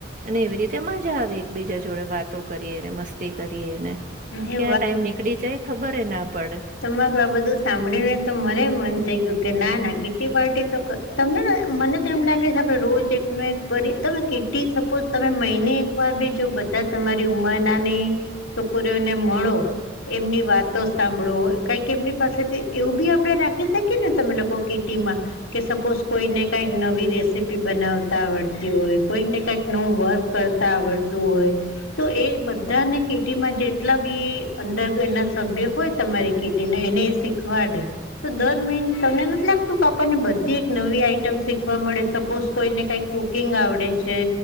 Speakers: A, on the right; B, on the left.
A: અને એવી રીતે. તે મજા આવે એકબીજા જોડે વાતો કરીએને, મસ્તી કરીએ ને
B: કરો અરે
A: ક્યાં ટાઈમ નીકળી જાય ખબર ના પડે.
B: તમારુ આ બધું સાંભળી ને તો મને મન થઈ ગયું કે ના ના કીટી પાર્ટી તો ક તમને મને તો એમ લાગે છે આપડે રોજ એક ન એક કરી તમે કિટી સપોઝ તમે મહિને એક એક વાર બી જો બધા તમારી ઉંમરનાની છોકરીઓને મળો એમની વાતો સા ભળો કઈક એમની પાસેથી એવું બી આપડે રાખી શકીએ ને તમે લોકો કીટી માં કે સપોઝ કોઈ ને કઈક નવી રેસીપી બનાવતા આવડતી હોય કોઈક ને કઈક નવું વર્ક કરતા આવડતું હોય. તો એ બધાને કિટીમાં જેટલા બી અંદર એના સભ્ય હોય. તમારી કીટી ને એને શીખવાડે તો દર મહિને તમને નથી લાગતું કે આપણને બધી એક નવી આઈટમ શીખવા મળે સપોઝ કોઈને કઈક કુકિંગ આવડે છે.